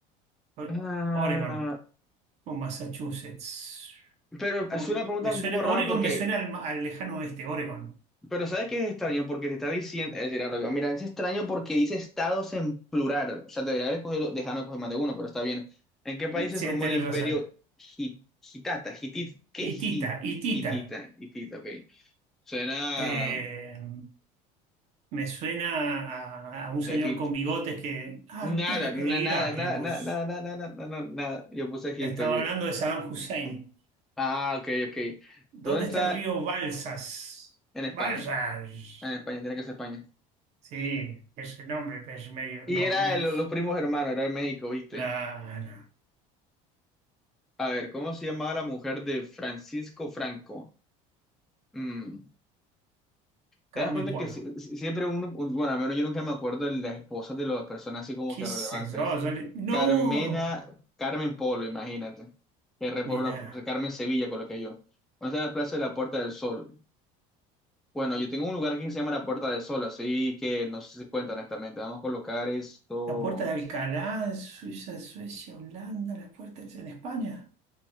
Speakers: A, on the right; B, in the centre.
A: O-
B: Ah,
A: Oregon o Massachusetts.
B: pero
A: Oregon
B: es una pregunta
A: me suena,
B: un poco rara
A: Oregon
B: porque,
A: me suena al, ma- al lejano oeste, Oregon.
B: pero ¿sabes qué es extraño? Porque te está diciendo, es decir, ahora yo, mira, es extraño porque dice estados en plural. O sea, debería haber escogido, dejarnos escoger más de uno, pero está bien. ¿En qué país se
A: Sí,
B: formó
A: tenés
B: el imperio
A: razón.
B: Hit- Hitata? Hitit, ¿qué?
A: Itita,
B: Hit-
A: Itita.
B: Hitita, Hitita, ok. Suena...
A: Eh, Me suena a, a un señor
B: Egipto.
A: con bigotes que. Ah,
B: Nada,
A: mire,
B: na-
A: mire, Irak,
B: nada, nada,
A: le pus.
B: nada, nada, nada, nada, nada, nada. Yo puse Egipto.
A: Estaba
B: y-
A: hablando de Saddam Hussein.
B: Ah, ok, ok.
A: ¿Dónde
B: ¿Dónde está?
A: está el río Balsas?
B: En España.
A: Balsas.
B: En España, tiene que ser España.
A: Sí, ese nombre, pues medio. No,
B: Y era
A: me.
B: el- los primos hermanos, era de México, ¿viste?
A: La.
B: A ver, ¿cómo se llamaba la mujer de Francisco Franco? Mm, ¿Te
A: Carmen
B: das cuenta
A: Polo.
B: que si- si- siempre uno, un- bueno, al menos yo nunca me acuerdo de las esposas de las personas así como
A: ¿Qué
B: que relevantes?
A: sé yo? yo le- No.
B: Carmena, Carmen Polo, imagínate. Que re por
A: Mira.
B: una, Carmen Sevilla, coloqué yo. ¿Dónde está la Plaza de la Puerta del Sol? Bueno, yo tengo un lugar aquí que se llama la Puerta del Sol, así que no sé si cuenta honestamente. Vamos a colocar esto
A: La puerta de Alcalá, Suiza, Suecia, Holanda, la puerta es en España.